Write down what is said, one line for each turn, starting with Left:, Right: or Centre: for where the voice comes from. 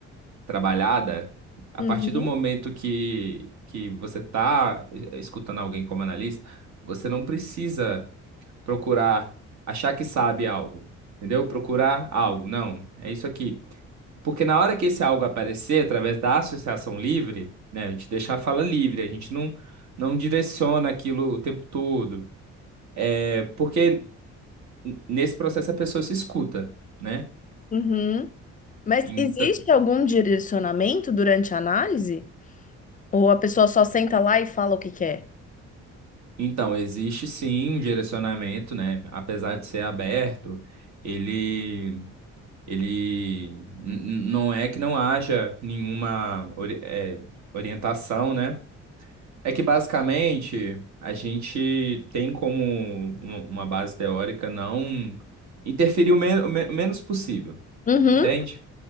Right: trabalhada, a
Left: Uhum.
Right: partir do momento que, que você está escutando alguém como analista, você não precisa procurar achar que sabe algo, entendeu? Procurar algo, não. É isso aqui. Porque na hora que esse algo aparecer, através da associação livre, né, a gente deixa a fala livre, a gente não, não direciona aquilo o tempo todo. É porque n- nesse processo a pessoa se escuta, né?
Left: Uhum. Mas
Right: Enta-
Left: existe algum direcionamento durante a análise? Ou a pessoa só senta lá e fala o que quer?
Right: Então, existe sim um direcionamento, né? Apesar de ser aberto, ele, ele n- n- não é que não haja nenhuma ori- é, orientação, né? É que basicamente a gente tem como um- uma base teórica não interferir o, men- o men- o menos possível,
Left: Uhum,
Right: entende?